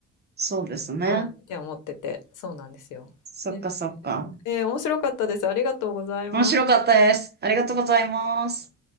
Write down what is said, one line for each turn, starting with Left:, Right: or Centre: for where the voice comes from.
Right: そうですね。
Left: はい。って思ってて。そうなんですよ。
Right: そっかそっか。
Left: ねえー面白かったです。ありがとうございます。
Right: 面白かったです。ありがとうございます。